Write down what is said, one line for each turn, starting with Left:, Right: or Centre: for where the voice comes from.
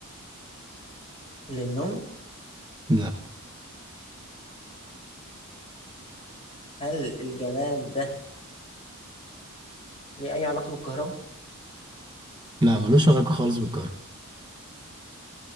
Left: للنوم
Right: لا
Left: هل الجماد ده ليه اي علاقه بالكهرباء
Right: لا ملوش علاقه خالص بالكهرباء